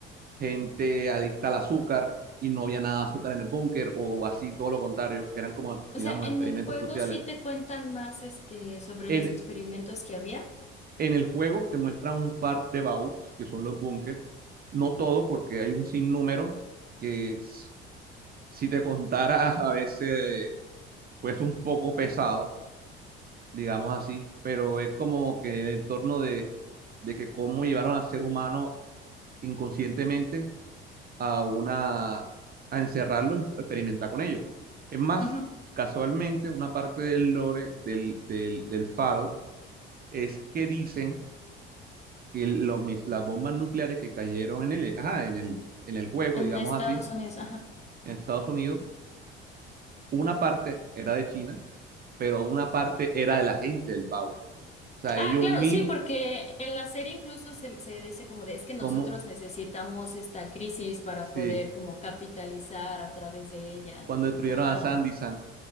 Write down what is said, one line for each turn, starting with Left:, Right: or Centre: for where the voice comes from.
Right: gente adicta al azúcar y no había nada de azúcar en el búnker, o así, todo lo contrario, que eran como,
Left: O
Right: digamos,
Left: sea, en
Right: experimentos
Left: el juego
Right: sociales.
Left: sí te cuentan más, este, sobre
Right: En,
Left: los experimentos que había.
Right: En el juego te muestra un par de vaults, que son los búnkers. No todo, porque hay un sinnúmero que s- si te contara <laughs> a veces, pues un poco pesado, digamos así, pero es como que el entorno de, de que cómo llevaron al ser humano inconscientemente a una, a encerrarlo y experimentar con ellos. Es más,
Left: Ujú.
Right: casualmente, una parte del lore del, del, del Fallout es que dicen que lo mis- las bombas nucleares que cayeron en el, eh, ajá, en el, en el juego,
Left: En
Right: digamos
Left: Estados
Right: así,
Left: Unidos, ajá.
Right: en Estados Unidos, una parte era de China, pero una parte era de la gente del BAO. O sea,
Left: Ah,
Right: ellos
Left: claro,
Right: mismos,
Left: sí, porque en la serie incluso se, se dice como de es que nosotros
Right: como,
Left: necesitamos esta crisis para poder
Right: sí,
Left: como capitalizar a través de ella.
Right: cuando destruyeron
Left: Ajá,
Right: a Sandy San,